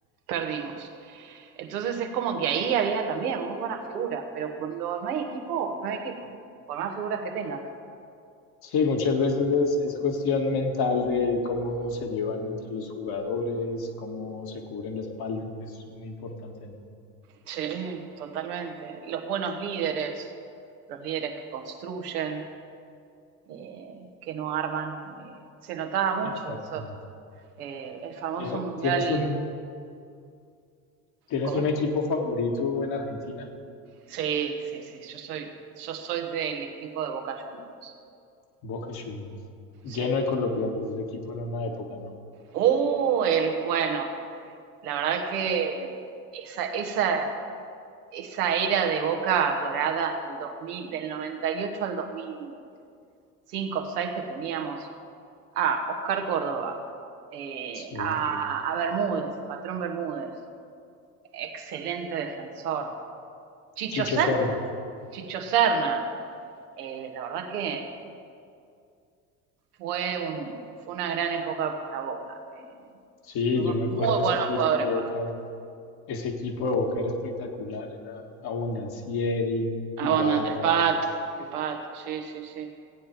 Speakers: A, on the right; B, on the left.
A: Perdimos. Entonces es como que ahí había también muy buenas figuras, pero cuando no hay equipo, no hay equipo, por más figuras que tengas.
B: Sí, muchas veces es, es cuestión mental de cómo se llevan entre los jugadores, cómo se cubren la espalda. Es muy importante, ¿no?
A: Sí, totalmente. Los buenos líderes, los líderes que construyen, eh, que no arman, eh, se notaba mucho
B: Exactamente.
A: esos. eh, el famoso
B: Tiene-
A: mundial,
B: ¿Tienes un, tienes
A: ¿cómo?
B: un equipo favorito en Argentina?
A: Sí, sí, sí. Yo soy, yo soy del equipo de Boca Juniors.
B: Boca Juniors. Lleno
A: Sí.
B: de colombianos, ese equipo en una época, ¿no?
A: Uh, el, bueno, la verdad que esa, esa, esa era de Boca Dorada del 2000, del 98 al 2005 o 6 que teníamos a Oscar Córdoba, eh,
B: Sí.
A: a, a, Bermúdez, el patrón Bermúdez, excelente defensor. Chicho
B: Chicho
A: Serna,
B: Serna.
A: Chicho Serna, eh, la verdad que fue, un, fue una gran época para Boca. Eh,
B: Sí,
A: tuvimos
B: yo me acuerdo
A: muy
B: de
A: buenos
B: ese equipo
A: jugadores
B: de Boca.
A: por acá.
B: Ese equipo de Boca era espectacular. Era Abondancieri,
A: Ah,
B: Ibarra,
A: bueno, el Pato, el Pato, sí, sí, sí.